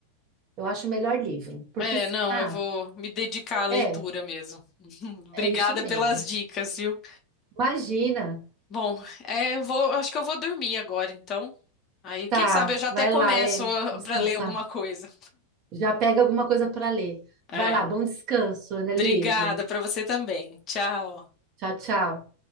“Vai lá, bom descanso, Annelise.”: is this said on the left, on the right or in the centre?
Right